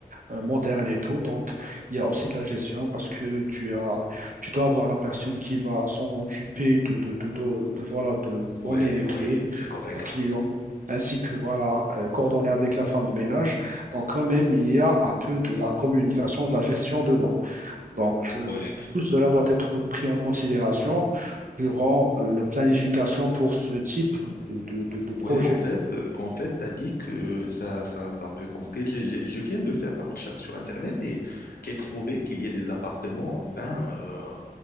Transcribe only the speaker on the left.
Ouais,
ouais,
c'est correct.
Ouais,
Ouais, en fait, euh, en fait, t'as dit que ça, ça, ça peut coûter. J'ai- j'ai- Je, viens de faire la recherche sur Internet et j'ai trouvé qu'il y a des appartements, enfin, euh,